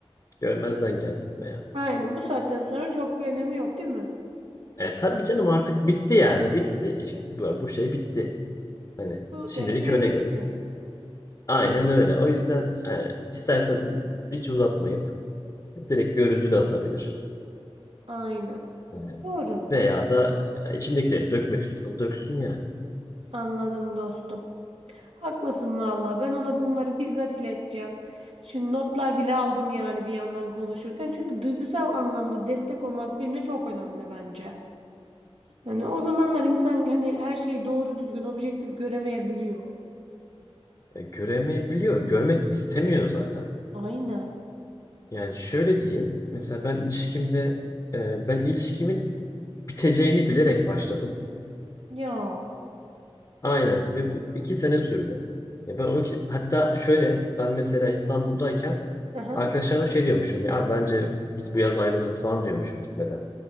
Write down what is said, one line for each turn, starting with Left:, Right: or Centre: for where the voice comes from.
Left: Görmezden gelsin veya.
Right: Aynen bu saatten sonra çok bir önemi yok değil mi?
Left: E tabii canım artık bitti yani bitti. İş- bu, bu şey bitti. Hani
Right: Bu
Left: şimdilik
Right: defter
Left: öyle
Right: bitti.
Left: görünüyor. Aynen öyle. O yüzden e, istersen hiç uzatmayıp direkt görüntü de atabilir.
Right: Aynen.
Left: E,
Right: Doğru.
Left: veya da e, içindekileri dökmek istiyorsan döksün yani.
Right: Anladım dostum. Haklısın valla. Ben ona bunları bizzat ileteceğim. Çünkü notlar bile aldım yani bir yandan konuşurken. Çünkü duygusal anlamda destek olmak birine çok önemli bence. Yani o zamanlar insan hani her şeyi doğru düzgün objektif göremeyebiliyor.
Left: E, göremeyebiliyor. Görmek istemiyor zaten.
Right: Aynen.
Left: Yani şöyle diyeyim. Mesela ben ilişkimde e, ben ilişkimin biteceğini bilerek başladım.
Right: Ya.
Left: Aynen ve bu iki sene sürdü. Ya ben o iki- hatta şöyle ben mesela İstanbul'dayken
Right: Aha.
Left: arkadaşlarıma şey diyormuşum ya abi bence biz bu yaz ayrılırız falan diyormuşum gitmeden.